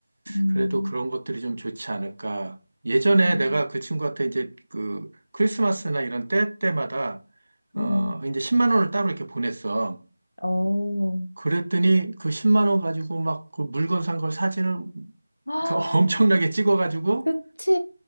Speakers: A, on the left (about 75°); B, on the right (about 60°).
A: 음,
B: 그래도 그런 것들이 좀 좋지 않을까. 예전에
A: 음, 음,
B: 내가 그 친구한테 이제 그 크리스마스나 이런 때 때마다, 어,
A: 음.
B: 이제 10만 원을 따로 이렇게 보냈어.
A: 어.
B: 그랬더니 그 10만 원 가지고 막 그 물건 산 걸 사진을
A: 아,
B: <laughs> 엄청나게 찍어가지고
A: 그치.